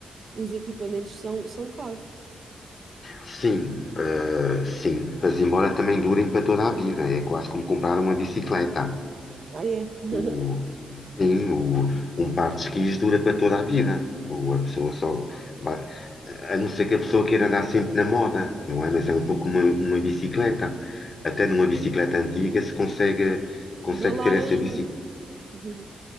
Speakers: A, on the right (about 55°); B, on the left (about 45°).
A: Os equipamentos são, são caros.
B: Sim, eh, sim, mas embora também durem para toda a vida, é quase como comprar uma bicicleta.
A: Ah, é? <laughs>
B: O, sim, o, um par de esquis dura para toda a vida. O, a pessoa só. vai- a não ser que a pessoa queira andar sempre na moda, não é? Mas é um pouco uma, uma bicicleta. Até numa bicicleta antiga se consegue, consegue
A: Pedalar
B: ter essa
A: ainda.
B: bicicleta.
A: Uhum.